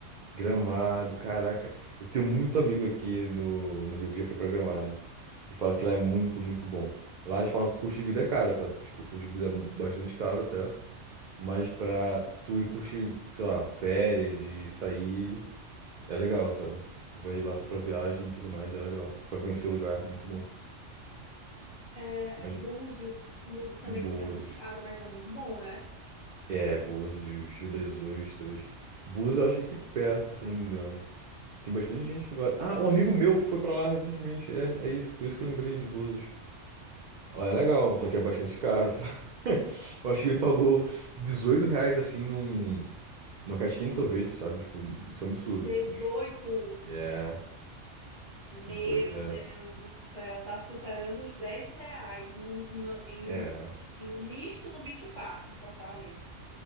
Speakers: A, on the right; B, on the left.
A: Gramado, caraca. Eu tenho muito amigo aqui no, no Rio que já foi pra Gramado. E fala que lá é muito, muito bom. Lá eles falam que o custo de vida é caro, sabe? Tipo, o custo de vida é bastante caro até. Mas pra tu ir curtir, sei lá, férias e sair, é legal, sabe? Vai lá só pra viagem e tudo mais, é legal. Pra conhecer o lugar, muito bom.
B: é,
A: Mas
B: Búzios. Búzios também
A: Búzios.
B: diz que é muito caro, mas é muito bom, né?
A: É, Búzios, Rio das Ostras. Búzios, eu acho que é aqui perto, se não me engano. Tem bastante gente que vai. Ah, um amigo meu foi pra lá recentemente. É, é isso. Por isso que eu lembrei de Búzios. Lá é legal, só
B: Ah,
A: que é bastante caro, tá? <laughs> Eu acho que ele pagou 18 reais, assim, num, numa casquinha de sorvete, sabe? Tipo, isso é um absurdo.
B: 18,
A: Mas... É,
B: meu
A: dezoito. reais.
B: Deus do céu, tá superando os 10 reais num- num- em,
A: É.
B: um, em um misto no Beach Park, em Fortaleza.